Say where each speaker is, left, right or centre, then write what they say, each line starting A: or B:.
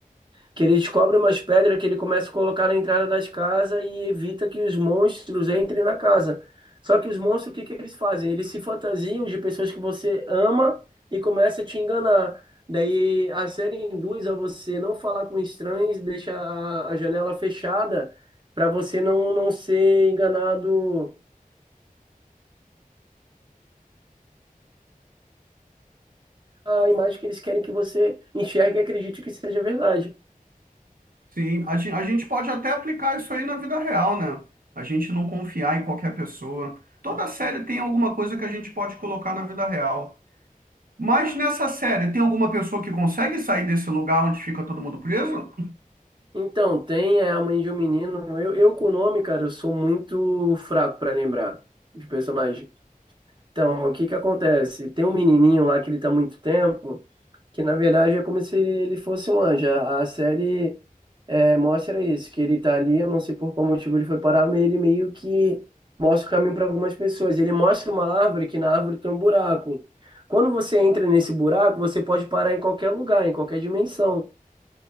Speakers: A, on the right; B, on the right.
A: Que ele descobre umas pedras que ele começa a colocar na entrada das casas e evita que os monstros entrem na casa. Só que os monstros, o que que eles fazem? Eles se fantasiam de pessoas que você ama e começa a te enganar. Daí a série induz a você não falar com estranhos, deixa a, a janela fechada para você não, não ser enganado. A imagem que eles querem que você enxergue e acredite que seja verdade.
B: Sim, a gente, a gente pode até aplicar isso aí na vida real, né? A gente não confiar em qualquer pessoa. Toda série tem alguma coisa que a gente pode colocar na vida real. Mas nessa série, tem alguma pessoa que consegue sair desse lugar onde fica todo mundo preso?
A: Então, tem é, a mãe de um menino. Eu, eu com o nome, cara, eu sou muito fraco pra lembrar de personagem. Então, o que que acontece? Tem um menininho lá que ele tá há muito tempo, que na verdade é como se ele fosse um anjo. A a série é, mostra isso, que ele tá ali, eu não sei por qual motivo ele foi parar, mas ele meio que mostra o caminho para algumas pessoas. Ele mostra uma árvore que na árvore tem um buraco. Quando você entra nesse buraco, você pode parar em qualquer lugar, em qualquer dimensão.